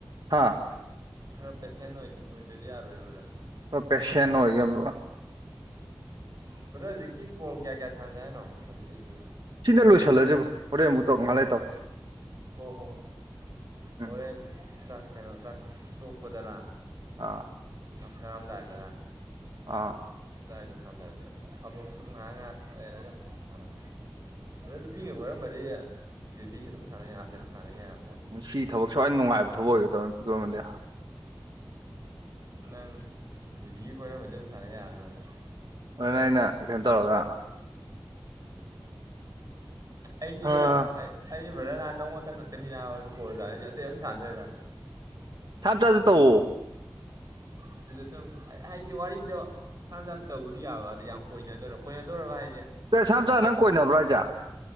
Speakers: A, on the right; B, on the right.
A: ꯍꯥꯥ
B: ꯈꯔ ꯄꯦꯁꯦꯟ ꯑꯣꯏꯗꯗꯤ ꯌꯥꯔꯣꯏ ꯕ꯭ꯔꯥꯗꯥꯔ
A: ꯄꯦꯁꯟ ꯑꯣꯏꯒ <inaudible>
B: ꯕ꯭ꯔꯗꯔ ꯍꯧꯖꯤꯛꯀꯤ ꯀꯣꯜ ꯀꯌꯥ ꯀꯌꯥ ꯁꯥꯡꯖꯦ ꯍꯥꯏꯅꯣ ꯍꯧꯖꯤꯛ ꯍꯧꯖꯤꯛꯀꯤ
A: ꯁꯤꯟꯅ ꯂꯣꯏꯁꯤꯜꯂꯁꯤꯕꯣ ꯍꯣꯔꯦꯟ ꯑꯃꯨꯛ ꯇꯧ ꯉꯍꯥꯛ ꯂꯩꯔꯥ ꯇꯧ
B: ꯍꯣ ꯍꯣ ꯍꯣꯔꯦꯟ
A: ꯎꯝ
B: ꯆꯥꯛ <inaudible> ꯀꯩꯅꯣ ꯆꯥꯛ ꯇꯣꯛꯄꯗꯔꯥ
A: ꯑꯥ
B: ꯆꯥꯛ ꯆꯔꯝꯗꯥꯢꯗꯔꯥ
A: ꯑꯥ
B: ꯑꯗꯥꯏꯗ ꯁꯥꯟꯅꯔꯁꯦ ꯑꯃꯨꯛ ꯁꯨꯝ ꯉꯥꯏꯍꯥꯛ ꯉꯥꯏꯍꯥꯛ ꯂꯩꯔꯒ ꯁꯥꯟꯅꯁꯦ ꯕꯥꯔꯗꯥꯔ ꯅꯨꯄꯤꯒ ꯀꯣꯏꯔꯝꯃꯗꯤ ꯕꯦꯕꯤꯒ ꯑꯗꯨꯝ ꯁꯥꯟꯅ ꯌꯥ ꯁꯥꯟꯅ ꯌꯥꯕ ꯄꯣꯠꯅꯤ
A: ꯁꯤ ꯊꯕꯛ ꯁꯨꯥꯏꯅ ꯅꯨꯡꯉꯥꯏꯕ ꯊꯕꯛ ꯑꯣꯏꯒꯗꯧꯔꯅꯤ ꯄꯄꯤꯛꯃꯗꯤ <inaudible>
B: ꯅꯪ ꯕꯦꯕꯤꯒ ꯀꯣꯏꯔꯝꯃꯗꯤ ꯑꯗꯨꯝ ꯁꯥꯟꯅ ꯌꯥꯔꯕꯅꯦ ꯕꯥꯔꯗꯥꯔ
A: ꯑꯗꯨꯅꯦ ꯑꯩꯅ ꯀꯩꯅꯣ ꯇꯧꯔꯒ
B: ꯑꯩꯗꯤ
A: ꯑꯥ
B: ꯑꯩ ꯑꯩꯗꯤ ꯕ꯭ꯔꯗꯔꯅꯥ ꯅꯪꯉꯣꯟꯗ ꯈꯛꯇꯅꯤꯅꯥ ꯀꯣꯜ ꯁꯥꯟꯅꯩꯁꯤ ꯑꯇꯩ ꯑꯃꯝ ꯁꯥꯟꯅꯗꯔꯦ ꯅ
A: ꯆꯞ ꯆꯥꯁꯨ ꯇꯧꯋ <inaudible>
B: ꯑꯗꯨꯗ ꯁꯨꯝ ꯍꯥꯏꯗꯤ ꯋꯥꯔꯤꯗꯣ ꯁꯥꯅꯤ ꯃꯆꯥꯗꯣ ꯇꯧꯕꯕꯨꯗꯤ ꯌꯥꯕ ꯑꯗ ꯌꯥꯝ ꯀꯣꯏꯅꯗꯣꯏꯔ ꯀꯣꯏꯅꯗꯧꯒ ꯍꯥꯏꯗꯤ
A: ꯁꯥꯅꯥ ꯃꯆꯥꯒ ꯅꯪ ꯀꯣꯏꯅꯕ꯭ꯔꯥ ꯍꯥꯢꯖꯦ